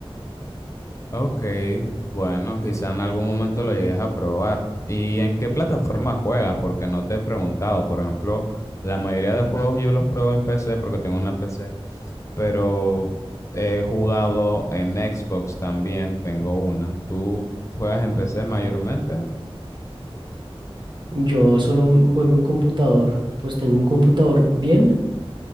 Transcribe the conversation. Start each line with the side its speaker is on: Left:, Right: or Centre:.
Left: Ok, bueno, quizá en algún momento lo llegues a probar. ¿Y en qué plataforma juegas? Porque no te he preguntado. Por ejemplo, la mayoría de juegos yo los pruebo en PC porque tengo una PC pero he jugado en Xbox también, tengo una. ¿Tú juegas en PC mayormente?
Right: Yo solo m- juego en computador, pues tengo un computador bien,